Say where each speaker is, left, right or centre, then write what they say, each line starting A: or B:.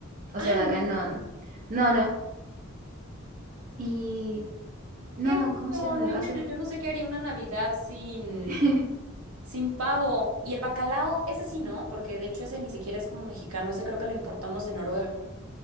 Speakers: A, on the right; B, on the right.
A: O
B: Ah,
A: sea,
B: no,
A: acá no, no. No, no. Y no,
B: qué
A: ¿cómo se
B: raro,
A: llama
B: no
A: de acá?
B: inventes,
A: Sí.
B: yo no sé qué haría una Navidad sin...
A: <laughs>
B: Sin pavo. Y el bacalao, ese sí, ¿no? Porque de hecho ese ni siquiera es como mexicano, ese creo que lo importamos de Noruega.